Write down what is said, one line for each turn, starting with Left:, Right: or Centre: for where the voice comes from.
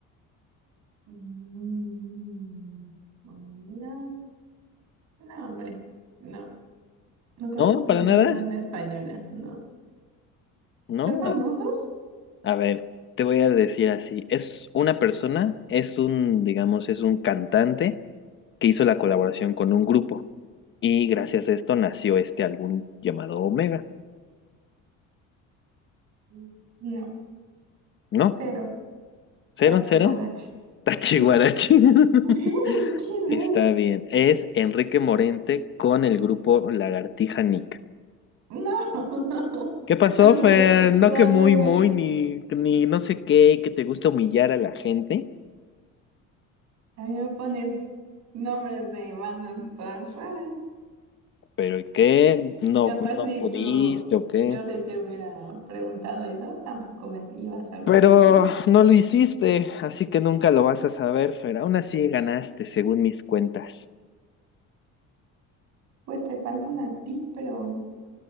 Right: Mm, no, mira. No, hombre. No, no conozco
Left: ¿No? ¿Para
Right: ninguna
Left: nada?
Right: banda española. No.
Left: ¿No?
Right: ¿Son famosos?
Left: A ver, te voy a decir así. Es una persona, es un, digamos, es un cantante que hizo la colaboración con un grupo y gracias a esto nació este álbum llamado Omega,
Right: Mm. No.
Left: ¿no?
Right: Cero.
Left: Cero,
Right: Tache,
Left: cero,
Right: guarache.
Left: Tachihuarachi.
Right: Sí.
Left: <laughs>
Right: <laughs> ¿Quién
Left: Está
Right: es?
Left: bien. Es Enrique Morente con el grupo Lagartija Nick.
Right: No, <laughs>
Left: ¿Qué pasó,
Right: cuando,
Left: Fer? No
Right: cuando
Left: que muy,
Right: iba-
Left: muy, ni, ni no sé qué, que te gusta humillar a la gente,
Right: a mí me pones nombres de bandas todas raras.
Left: pero ¿y ¿qué? ¿No,
Right: Capaz
Left: no
Right: ni
Left: pudiste
Right: tú,
Left: o qué?
Right: yo si te hubiera preguntado eso, tampoco me ibas a responder.
Left: Pero no lo hiciste, así que nunca lo vas a saber, Fer. Aún así ganaste, según mis cuentas.
Right: Pues te falta una a ti, pero